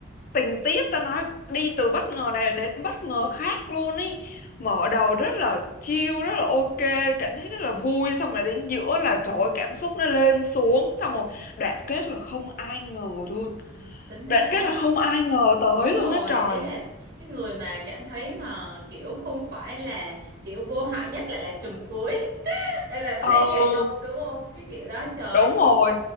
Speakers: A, on the left; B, on the right.
A: tình tiết ta nói đi từ bất ngờ này đến bất ngờ khác luôn ý. Mở đầu rất là chill, rất là ok, cảm thấy rất là vui, xong rồi đến giữa là trời ơi, cảm xúc nó lên xuống, xong rồi
B: ừ.
A: đoạn kết là không ai ngờ luôn.
B: ừ, tính ra
A: Đoạn
B: đó
A: kết
B: hả
A: là không ai ngờ tới
B: đúng
A: luôn
B: rồi
A: á trời.
B: ý là cái người mà cảm thấy mà kiểu không phải là kiểu vô hại nhất lại là trùm cuối <laughs> em bà có
A: Ừ,
B: thấy như vậy không đúng không cái kiểu đó trời ơi,
A: đúng rồi.